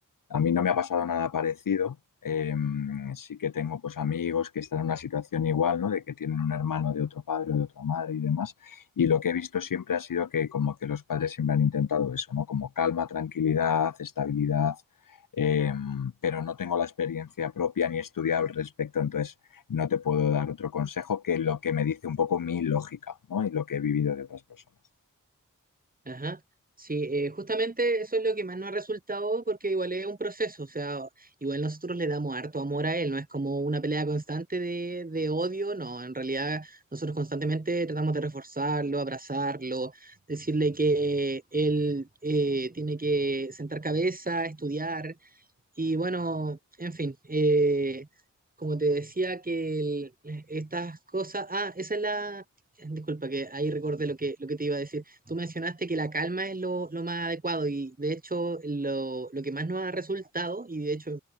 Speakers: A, on the left; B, on the right.
A: A mí no me ha pasado nada parecido. Eh, sí que tengo pues amigos que están en una situación igual, ¿no? De que tienen un hermano de otro padre o de otra madre y demás. Y lo que he visto siempre ha sido que como que los padres siempre han intentado eso, ¿no? Como calma, tranquilidad, estabilidad. eh, pero no tengo la experiencia propia ni he estudiado al respecto, entonces no te puedo dar otro consejo que lo que me dice un poco mi lógica, ¿no? Y lo que he vivido de otras personas.
B: Ajá. Sí, eh, justamente eso es lo que más nos ha resultado porque igual es un proceso, o sea, igual nosotros le damos harto amor a él, no es como una pelea constante de, de odio, no, en realidad nosotros constantemente tratamos de reforzarlo, abrazarlo, decirle que él eh, tiene que sentar cabeza, estudiar, Y bueno, en fin, eh, como te decía que el- estas cosas, ah, esa es la, disculpa que ahí recordé lo que, lo que te iba a decir. Tú mencionaste que la calma es lo, lo más adecuado y de hecho lo, lo que más nos ha resultado y de hecho